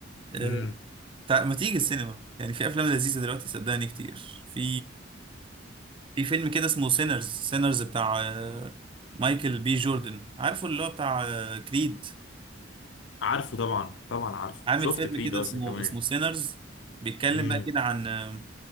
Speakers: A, on the right; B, on the left.
A: آه،
B: امم
A: تع- ما تيجي السينما يعني في افلام لذيذه دلوقتي صدقني كتير في في فيلم كده اسمه سينرز سينرز بتاع آه، مايكل بي جوردن عارفه اللي هو بتاع آه، كريد
B: عارفه طبعا طبعا عارفه
A: عامل
B: شفت
A: فيلم
B: كريد
A: كده
B: اصلا
A: اسمه
B: كمان
A: اسمه سينرز بيتكلم
B: امم
A: بقى كده عن آه،